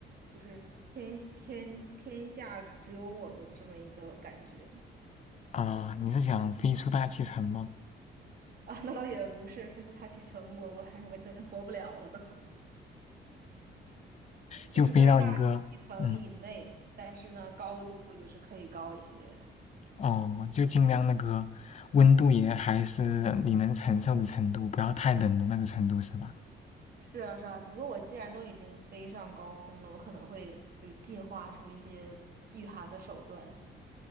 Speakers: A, on the right; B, on the left.
A: 就是天天天下只有我的这么一个感觉
B: 啊、你是想飞出大气层吗？
A: 啊。那倒也不是，飞飞大气层，我我还我真活不了了都，<laughs>
B: 就飞到一个，
A: 就是在大气层以内，
B: 嗯，
A: 但是呢，高度就是可以高一些。
B: 哦，就尽量那个温度也还是你能承受的程度，不要太冷的那个程度，是吧？
A: 是啊，是啊。不过我既然都已经飞上高空了，我可能会就是进化出一些御寒的手段。